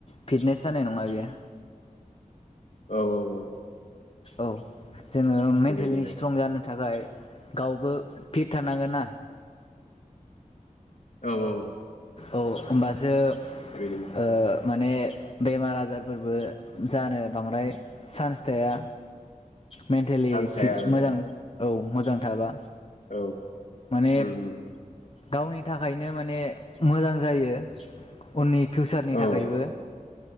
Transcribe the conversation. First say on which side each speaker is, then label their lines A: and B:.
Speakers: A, on the left; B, on the left.
A: फिटनेस जानाय नङा बेयो
B: औ औ औ
A: औ जोङो मेन्टेलि
B: बेबायदिनो
A: स्ट्रं जानो थाखाय गावबो फिट थानांगोन ना
B: औ औ
A: औ होमबासो
B: बेबायदिनो
A: ओ माने बेमार आजारफोरबो जानो बांद्राय चान्स थाया। मेन्टेलि
B: चान्स थाया
A: फिट
B: आरो
A: मोजां
B: औ
A: औ। मोजां थाबा।
B: औ
A: माने
B: उम उम
A: गावनि थाखायनो माने मोजां जायो उननि फिउचारनि
B: औ
A: थाखायबो।